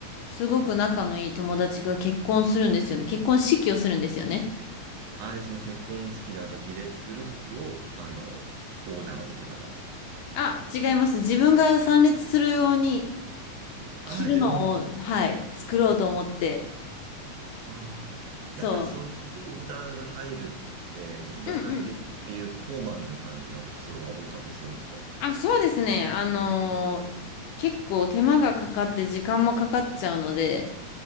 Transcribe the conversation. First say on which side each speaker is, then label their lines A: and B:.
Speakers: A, on the left (about 75°); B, on the right (about 80°).
A: すごく仲のいい友達が結婚するんですよね。結婚式をするんですよね。
B: あ、で、その結婚式の時で作る服を、あの、オーダーを受けたと。
A: あ、違います。自分が参列するように着るのを、
B: ああ、じゃあ。
A: はい、作ろうと思って。
B: うん。
A: そ
B: やっぱりそういうオーダーが入る服って、ちょっとどっちかっていうと、
A: う。うんうん。
B: そういうフォーマルな感じの服装が多かったりするんですか
A: あ、そうですね。あのー結構手間がかかって時間もかかっちゃうので、